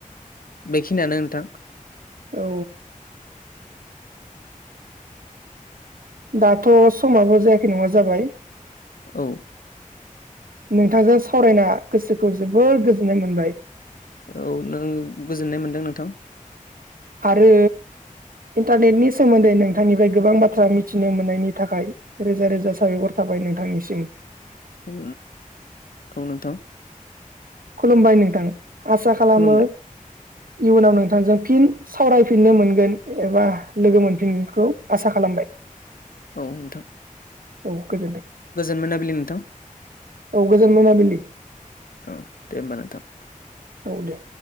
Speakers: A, on the left (about 85°); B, on the right (about 80°).
A: बेखिनियानो नोंथां।
B: औ। दाथ' समाबो जायाखै नङा जाबाय।
A: औ।
B: नोंथांजों सावरायना गोसोखौ जोबोर गोजोननाय मोनबाय।
A: औ ।नों गोजोननाय मोनदों नोंथां।
B: आरो इन्टारनेटनि सोमोन्दै नोंथांनिफ्राय गोबां बाथ्रा मिथिनो मोननायनि थाखाय रोजा रोजा साबायखर थाब। जाबाय नोंथांनिसिम ।
A: उ बुंनोथां
B: खुलुमबाय नोंथां ।आसा खालामो
A: खुलुमबाय
B: इयुनाव नोंथांजों फिन सावरायफिननो मोनगोन। एबा लोगो मोनफिनगोनखौ आसा खालामो। खालामबाय।
A: औ नोंथां।
B: औ गोजोनदों ।
A: गोजोन मोनाबिलि नोंथां
B: औ गोजोन मोनाबिलि।
A: औ ।दे होनबा नोंथां।
B: औ दे।